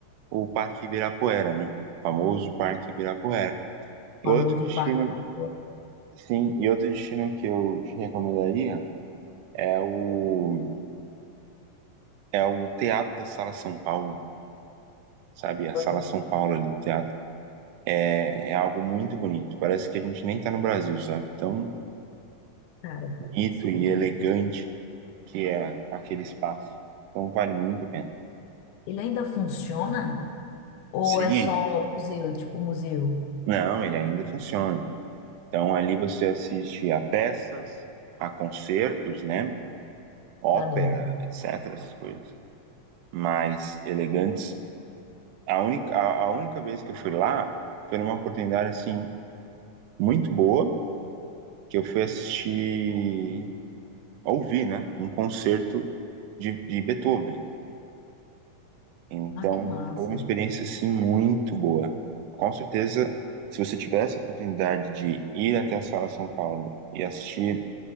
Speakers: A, on the right (about 80°); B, on the left (about 75°).
A: o Parque Ibirapuera, né? O famoso Parque Ibirapuera.
B: famoso
A: E outro destino,
B: parque. da
A: sim, e outro destino que eu te recomendaria é o, é o Teatro da Sala São Paulo, sabe?
B: Ibirapuera.
A: A Sala São Paulo ali do teatro. É, é algo muito bonito. Parece que a gente nem tá no Brasil, sabe? Tão
B: Cara, eu
A: bonito
B: gosto
A: e
B: muito
A: elegante
B: disso.
A: que é aquele espaço. Então vale muito a pena.
B: ele ainda funciona? Ou
A: Sim.
B: é só museu, tipo museu?
A: Não, ele ainda funciona. Então ali você assiste a peças, a concertos, né? Ópera,
B: Ah, Adoro.
A: etc, essas coisas mais elegantes. A única, a, a única vez que eu fui lá foi numa oportunidade assim muito boa, que eu fui assistir, ouvir, né, um concerto de, de Beethoven. Então
B: Ah, que massa.
A: foi uma experiência assim muito boa. Com certeza, se você tiver essa oportunidade de ir até a Sala São Paulo e assistir